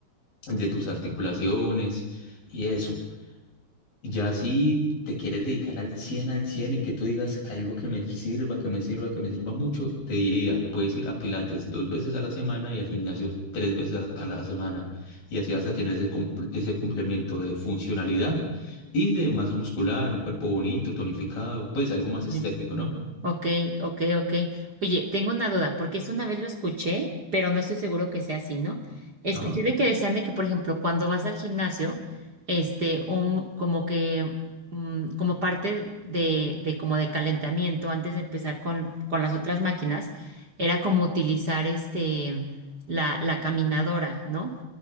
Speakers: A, on the left; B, on the right.
A: de tus articulaciones y eso. Ya si te quieres dedicar al cien al 100 y que tú digas algo que me sirva, que me sirva, que me sirva mucho, te diría, puedes ir a Pilates dos veces a la semana y al gimnasio tres veces a la, a la semana. Y así vas a tener ese, comple- ese complemento de funcionalidad y de masa muscular, un cuerpo bonito, tonificado, pues algo más estético,
B: sí.
A: ¿no?
B: Ok, ok, ok. Oye, tengo una duda, porque eso una vez lo escuché, pero no estoy seguro que sea así, ¿no? Escuché
A: Ajá.
B: de que decían de que, por ejemplo, cuando vas al gimnasio, este, un, como que, mm, como parte de, de como de calentamiento, antes de empezar con, con las otras máquinas, era como utilizar este, la, la caminadora, ¿no?